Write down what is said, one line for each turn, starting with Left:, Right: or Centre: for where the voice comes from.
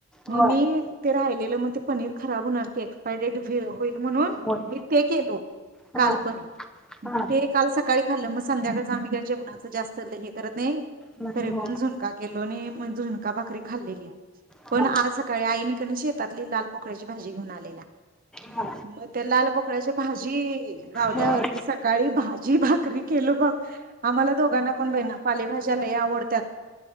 Right: म
Centre: होय
Right: मी त रा केलेलं म ते पनीर खराब होणार की एक्सपायरी डेट होईल. म्हणून
Centre: होय
Right: मी ते केलो काल
Centre: हा
Right: पण
Centre: हा
Right: ते काल सकाळी खाल्लं मग संध्याकाळी आम्ही का जेवणाच जास्त ल हे करत नाय
Centre: नाही
Right: तरी
Centre: हो
Right: पण झुणका केलोनी म्हण झुणका भाकरी खाल्लेली. पण
Centre: हा
Right: आज सकाळी आईनी तिनी शेतातली लाल पोकळ्याची भाजी घेऊन आली.
Centre: हा
Right: म त्या लाल पोकडळ्याची भाजी गावल्यावरती
Centre: होय.
Right: सकाळी भाजी भा करी केलो बघ आम्हाला दोघांना पण बइना पालेभाज्या लय आवडत्यात.